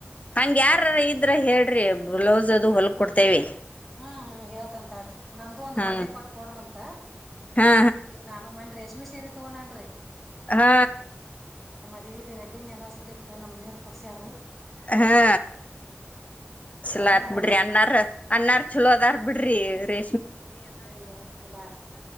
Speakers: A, on the left; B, in the centre.
A: ಹಂಗ
B: ನಾನ್
A: ಯಾರಾರ ಇದ್ರ ಹೇಳ್ರಿ ಒಬ್ಬ. ಬ್ಲೌಸ್ ಅದು ಹೊಲ್ ಕೊಡ್ತೇವಿ.
B: ಹ್ಮ ಹ್ಮ ಹೇವತ್ ಅಂತಾಡ್ರಿ ನಂದು ಒಂದ್
A: ಹಾ
B: ಗೊಂಡೆ ಕೊಟ್ಕ ಕೊಡ್ರಂತ
A: ಹಾ
B: ನಾನು ಮಿ ರೇಷ್ಮೆ ಸೀರಿ. ತಗೊಂಡನ್ರಿ.
A: ಹಾ.
B: ಇ ವಡ್ಡಿಂಗ್ ಅನಿವರ್ಸರಿ ಇತ್ತು ನಮ್ಮ್ ನೀರ್. ಕೊಡ್ಸ್ಯಾರ
A: ಹಾ. ಚಲ
B: ಅದ್ನ
A: ಆತ್
B: ಹಚ್ಚಿ
A: ಬಿಡ್ರಿ ಅನ್ನಾರ್
B: ಕೊಡುದ
A: ಅನ್ನಾರ್ ಚಛಲೋ ಅದಾರ್. ಬಿಡ್ರಿ ರೇ.
B: ಯ ಹಂಗೆಲ್ಲ